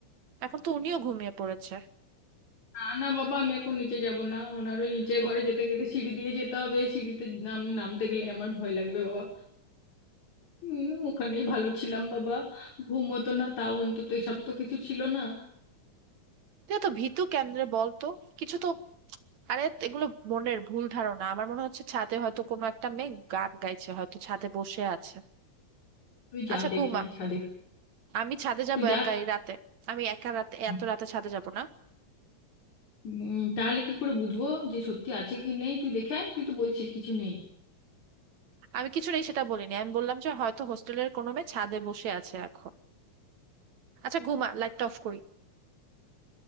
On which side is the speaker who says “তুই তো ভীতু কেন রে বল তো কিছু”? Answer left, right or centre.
Right